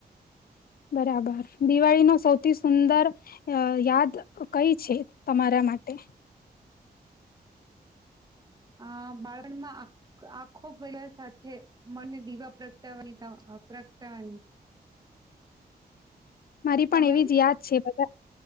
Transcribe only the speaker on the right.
આ બાળપણ માં આખો બધા સાથે મને દીવા પ્રગટાવાની પ્રગટાવાની
તમારી